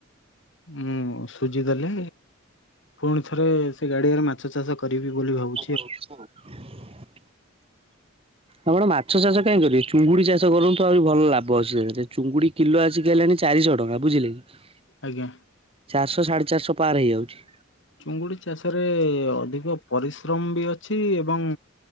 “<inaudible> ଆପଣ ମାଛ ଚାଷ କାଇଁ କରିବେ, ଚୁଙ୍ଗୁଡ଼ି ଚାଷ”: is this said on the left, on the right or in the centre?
Right